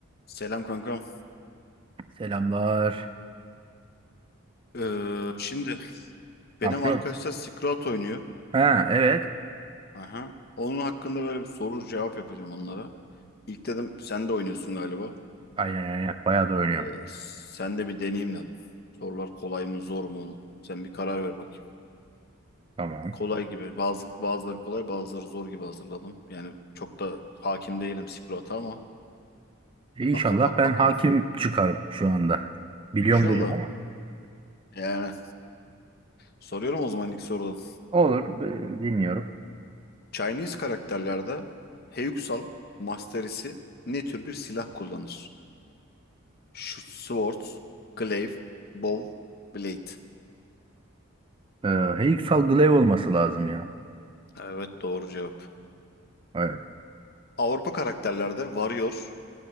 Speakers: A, on the left; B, on the right.
A: Selam kankam.
B: Selamlar.
A: Ee, şimdi benim
B: Ne yapıyorsun?
A: arkadaşlar Skrat oynuyor.
B: Ha evet.
A: Aha. Onun hakkında böyle bir soru cevap yapacağım onlara. İlk dedim sen de oynuyorsun galiba.
B: Aynen aynen. Bayağı da oynuyorum.
A: Ee, sen de bir deneyeyim dedim. Sorular kolay mı zor mu? Sen bir karar ver bakayım.
B: Tamam.
A: Kolay gibi bazı bazıları kolay bazıları zor gibi hazırladım. Yani çok da hakim değilim Skrat'a ama
B: E, İnşallah
A: bak bak
B: ben
A: bakalım.
B: hakim çıkarım şu anda. Biliyorum
A: İnşallah.
B: dedim ama.
A: Yani soruyorum o zaman ilk sorudan.
B: <laughs> Olur. e, Dinliyorum.
A: Chinese karakterlerde Heyuksal Masterisi ne tür bir silah kullanır? Şu Swords, Glaive, Bow, Blade.
B: Ee, Heyüksal Glaive olması lazım ya.
A: Evet doğru cevap.
B: Evet.
A: Avrupa karakterlerde Warrior,